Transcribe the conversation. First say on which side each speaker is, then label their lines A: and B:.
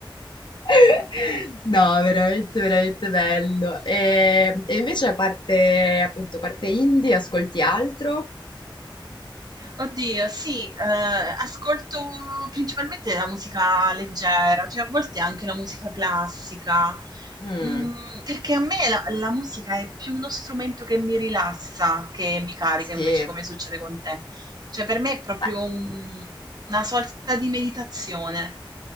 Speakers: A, on the left; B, on the right.
A: <laughs>
B: <laughs>
A: No, veramente, veramente bello. E, e invece a parte, appunto, a parte indie, ascolti altro?
B: Oddio, sì, ehm, ascolto principalmente la musica leggera, cioè a volte anche la musica classica,
A: Mm,
B: mhmm, perché a me la la musica è più uno strumento che mi rilassa che mi carica,
A: sì.
B: invece, come succede con te. Cioè per me è proprio
A: Beh.
B: un una sorta di meditazione.